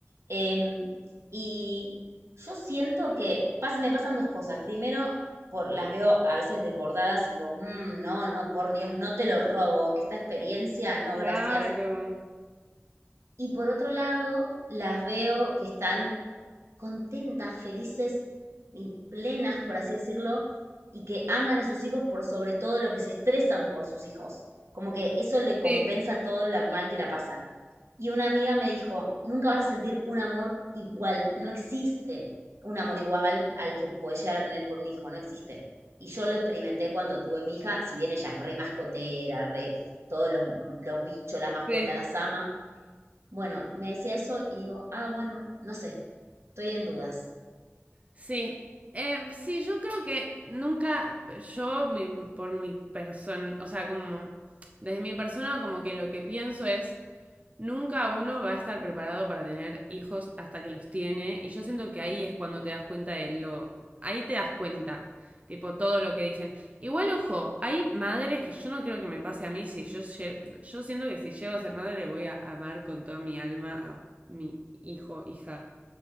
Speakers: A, on the right; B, on the right.
A: em, y yo siento que pas- me pasan dos cosas. Primero, por, las veo a veces desbordadas y digo, "Mm, no, no, por Dios, no te lo robo, esta experiencia, no,
B: Claro.
A: gracias. Y por otro lado, las veo que están contentas, felices y plenas, por así decirlo, y que aman a sus hijos por sobre todo lo que se estresan por sus hijos. Como que eso le compensa
B: Sí,
A: todo lo mal que la pasan. Y una amiga me dijo, nunca vas a sentir un amor igual, no existe un amor igual al que puedes llegar a tener por un hijo, no existe. Y yo lo experimenté cuando tuve mi hija, si bien ella es re mascotera, re todos los, los bichos, la mascota
B: sí.
A: las ama, bueno, me decía eso y digo, ah, bueno, no sé, estoy en dudas.
B: Sí, Eh, sí, yo creo que nunca, yo mi- por mi persona, o sea, como desde mi persona, como que lo que pienso es, nunca uno va a estar preparado para tener hijos hasta que los tiene, y yo siento que ahí es cuando te das cuenta de lo, ahí te das cuenta, tipo todo lo que dicen. Igual, ojo, hay madres que yo no creo que me pase a mí, si yo, lle- yo siento que si llego a ser madre voy a amar con toda mi alma a mi hijo, hija,